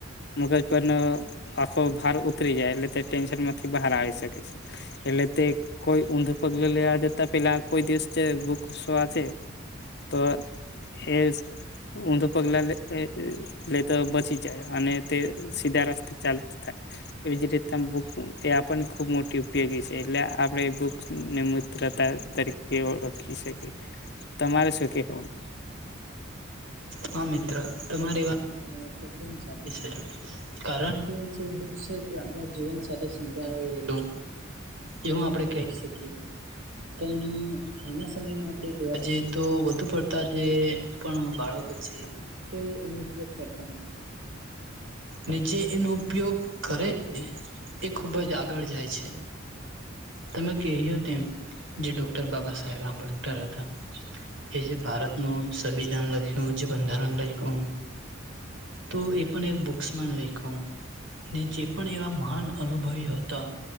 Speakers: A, on the left (about 55°); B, on the right (about 65°).
A: મગજ પર ન આખો ભાર ઉતરી જાય એટલે તે ટેન્શનમાંથી બહાર આવી શકે છે. એટલે તે કોઈ ઊંધું પગલે લેવા જતા પેલા કોઈ દિવસ છે બહુ ગુસ્સો આવે છે. તો એ ઊંધું પગલા લે લેતો બસી જાય અને તે સીધા રસ્તે ચાલતો થાય. એવી જ રીતના બુક એ આપણને ખૂબ મોટી ઉપયોગી છે. એટલે આપણે એ બુકને મૂત્રતા તરીકે ઓળખી શકી. તો તમારે શું કેહેવું?
B: હા મિત્ર તમારી વાત તદ્દન સાચી છે. કારણ કે જે બુક્સ છે તે આપણાં જીવન સાથે સંકળાયેલો રહેલો એવું આપડે કહી શકીએ. પન હાલના સમયમાં આપણે જોવા જઈએ તો વધુ પડતા જે પણ બાળ કો છે એ એનો ઉપયોગ કરતા નથી. ને જે એનો ઉપયોગ કરે છે, તે ખૂબ જ આગળ જાય છે. તમે કહ્યું તેમ જે ડોક્ટર બાબા સાહેબ આંબેડકર હતા. કે જે ભારતનું સંવિધાન લખ્યું, જે બંધારણ લખ્યું. તો એ પણ એક બુક્સમાં લયખું. ને જે પણ એવા મહાન અનુભવી હતા.